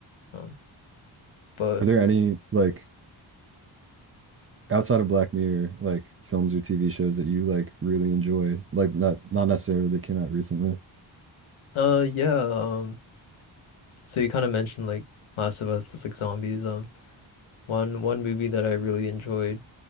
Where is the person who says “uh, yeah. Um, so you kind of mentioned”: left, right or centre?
Left